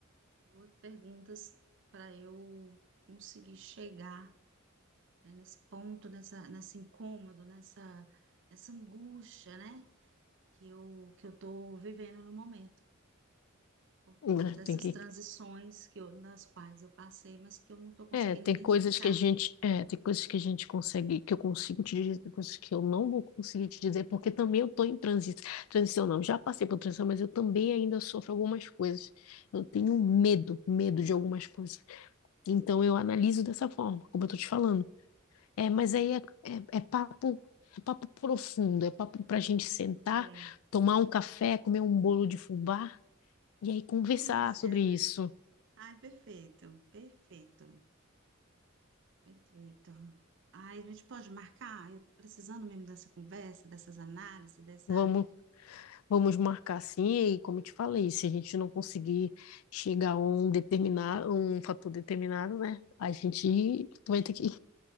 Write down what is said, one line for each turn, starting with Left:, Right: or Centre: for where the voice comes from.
Right: duas perguntas para eu conseguir chegar, né, nesse ponto, nessa, nesse incômodo, nessa, nessa angústia, né? que eu que eu estou vivendo no momento, por conta
Left: né?
Right: dessas
Left: Tem que,
Right: transições que eu, nas quais eu passei, mas que eu não estou conseguindo
Left: é, tem
Right: identificar.
Left: coisas que a gente, é, tem coisas que a gente consegue, que eu consigo te dizer, tem coisas que eu não vou conseguir te dizer, porque também eu tô em transição, transição não, já passei por transição, mas eu também ainda sofro algumas coisas. Eu tenho medo, medo de algumas coisas. Então eu analiso dessa forma, como eu tô te falando. É, mas aí é, é, é papo, é papo profundo, é papo para a gente sentar,
Right: É,
Left: tomar um café, comer um bolo de fubá E aí conversar
Right: delícia.
Left: sobre isso.
Right: Ai, perfeito, perfeito, perfeito. Ai, a gente pode marcar? Eu tô precisando mesmo dessa conversa, dessas análises, dessa.
Left: Vamos, vamos marcar assim, e aí, como eu te falei, se a gente não conseguir chegar a um determinado, um fator determinado, né? A gente vai ter que,